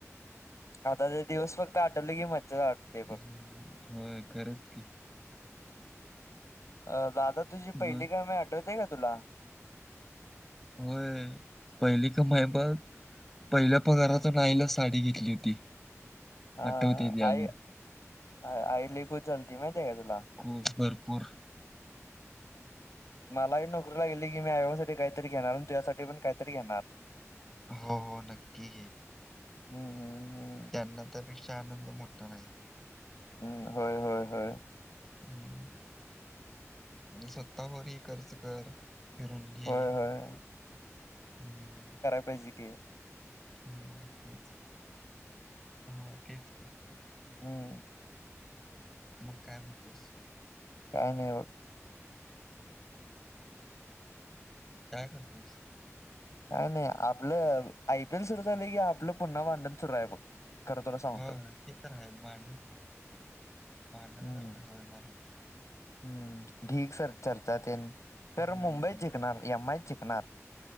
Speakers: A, on the left; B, in the centre.
A: आता ते दिवस फक्त आठवले की <inaudible> मचच्या <inaudible> आटते फघ
B: हम्म, होय खरंच की
A: <inaudible> हम् दादा तुझी पहिली
B: मग
A: <inaudible> काय मी आठवते का तुला.
B: <inaudible> वय पहिली का माई बघ पहिल्या पगाराात <inaudible> नाईला साडी घेतली होती.
A: हा
B: आठवते ती अजून
A: आई आई <inaudible> खू <inaudible> चालती माहिती आहे का तुला.
B: कोच भरपूर.
A: हम्म. मलाही नोकरी लागेली की मी आईबासाठी काहीतरी घेणार आणि <inaudible> त्याझसाठी पण काहीतरी घेणार.
B: हो, हो, नक्की <inaudible> घ
A: हम्म हम्म हम्म.
B: त्यांना त्यापेक्षा आनंद मोठा नाही.
A: ह्. होय. होय. होय.
B: <inaudible> हम् आणि स्वतः <inaudible> होरी खर्च कर. फिरून घे
A: होय होय
B: हम्म
A: पजके
B: हम्म तेच, हा तेच की
A: हम्म.
B: मग काय म्हणतोस?
A: काय नाही ओ
B: काय करतोस?
A: काय नाही आपलं आय पी एल सुरू झालं की आपलं पुन्हा भांडण सुरू आहे बघ खरं तुला सांगतो.
B: होय ते तर आहे भांडण भांडण
A: हम्म.
B: तर का होणारच
A: हम्म ठीक सर चर्चात येन कर
B: हम्म
A: मुंबई जिकणार एम आयच जिकणार